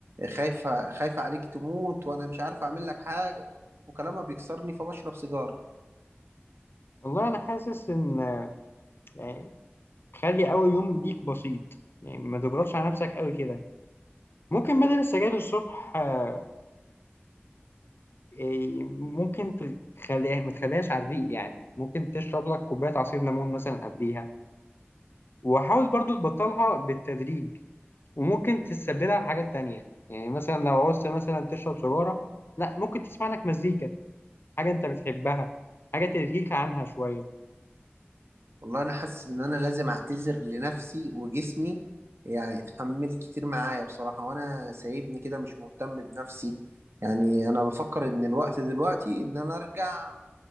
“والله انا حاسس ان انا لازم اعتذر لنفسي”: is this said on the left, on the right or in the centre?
Right